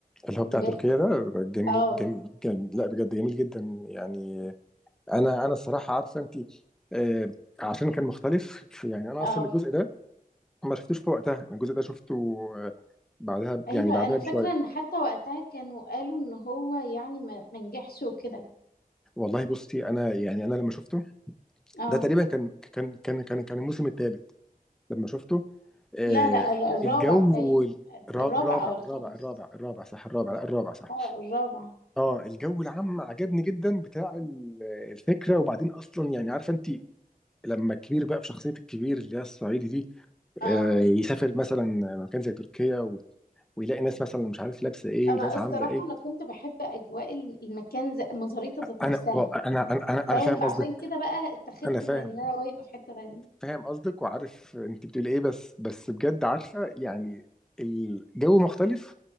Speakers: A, in the centre; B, on the left (about 80°).
A: اللي هو بتاع
B: بجد
A: تركيا ده جميل
B: اه
A: جميل, جميل لا بجد جميل جدا يعني انا انا الصراحه عارفه انت آه عشان كان مختلف في- يعني انا
B: اه
A: اصلا الجزء ده ما شفتوش في وقتها انا الجزء ده شفته آه، بعدها
B: ايوه
A: يعني بعدها
B: انا
A: بشويه
B: فاكره ان حتى وقتها كانوا قالوا ان هو يعني ما ما نجحش وكده
A: والله بصي انا يعني انا لما شفته
B: اه
A: ده تقريبا كان كان كان كان كان الموسم الثالث لما شفته آه
B: لا لا الر- الرابع
A: الجو
B: تايم
A: الرا-
B: الرابع
A: الرابع
B: او الخامس
A: الرابع الرابع الرابع صح الرابع لا الرابع صح
B: اه الرابع
A: اه الجو العام عجبني جدا بتاع ال- الفكره وبعدين اصلا يعني عارفه انت لما الكبير بقى بشخصية الكبير اللي هي الصعيدي دي
B: اه
A: آه، يسافر مثلا مكان زي تركيا و... ويلاقي ناس مثلا مش عارف لابسة ايه
B: اما
A: وناس
B: الصراحه
A: عاملة ايه
B: انا كنت بحب اجواء الم- المكان ذا- مزاريطه ذات
A: انا
B: نفسها
A: و- انا انا انا
B: فاهم
A: أنا فاهم
B: فعشان
A: قصدك
B: كده بقى اتخذت
A: انا فاهم
B: من ان انا هو يبقى في حته تانية
A: فاهم قصدك وعارف انت بتقول ايه بس بس بجد عارفة يعني الجو مختلف